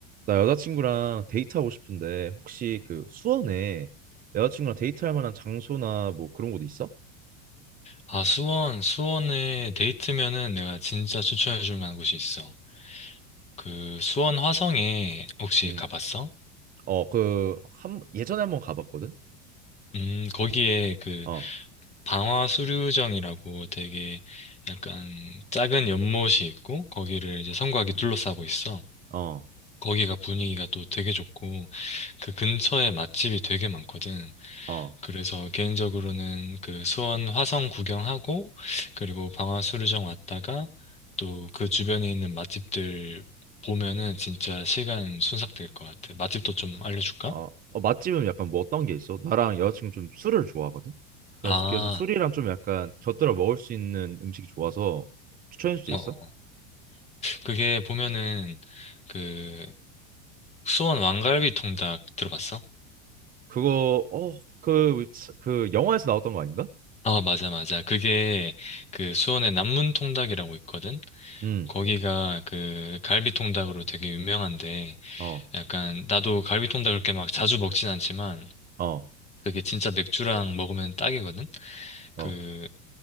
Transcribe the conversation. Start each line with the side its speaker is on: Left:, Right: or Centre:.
Right: 나 여자친구랑 데이트하고 싶은데 혹시 그 수원에 여자친구랑 데이트할 만한 장소나 뭐 그런 곳 있어?
Left: 아, 수원, 수원에 데이트면은 내가 진짜 추천해줄 만한 곳이 있어. 그 수원 화성에 혹시
Right: 응.
Left: 가봤어?
Right: 어, 그 한 예전에 한번 가봤거든.
Left: 음, 거기에 그
Right: 어,
Left: 방화수류정이라고 되게 약간 작은 연못이 있고 거기를 이제 성곽이 둘러싸고 있어.
Right: 어,
Left: 거기가 분위기가 또 되게 좋고 그 근처에 맛집이 되게 많거든.
Right: 어,
Left: 그래서 개인적으로는 그 수원 화성 구경하고 그리고 방화수류정 왔다가 또 그 주변에 있는 맛집들 보면은 진짜 시간 순삭될 것 같아. 맛집도 좀 알려줄까?
Right: 어, 어, 맛집은 약간 뭐 어떤 게 있어? 나랑 여자친구 좀 술을 좋아하거든. 그래서
Left: 아,
Right: 그래서 술이랑 좀 약간 곁들여 먹을 수 있는 음식이 좋아서 추천해 줄 수
Left: 어.
Right: 있어?
Left: 어. 그게 보면은 그 수원 왕갈비 통닭 들어봤어?
Right: 그거 어, 그, 그 영화에서 나왔던 거 아닌가?
Left: 아, 맞아, 맞아. 그게 그 수원의 남문 통닭이라고 있거든?
Right: 응.
Left: 거기가 그 갈비 통닭으로 되게 유명한데
Right: 어,
Left: 약간 나도 갈비 통닭을 그렇게 막 자주 먹진 않지만
Right: 어,
Left: 그게 진짜 맥주랑 먹으면 딱이거든?
Right: 어,
Left: 그